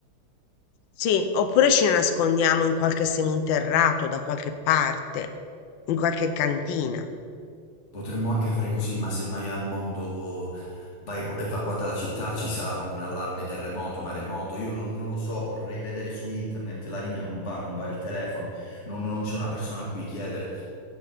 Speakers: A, on the left; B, on the left.
A: sì, oppure ci nascondiamo in qualche seminterrato da qualche parte, in qualche cantina.
B: Potremmo anche fare così, ma se mai al mondo va evacuata la città ci sarà un allarme terremoto, maremoto, io non, non lo so, vorrei vedere su internet, la linea non va, non va il telefono, non, non c'è una persona a cui chiedere.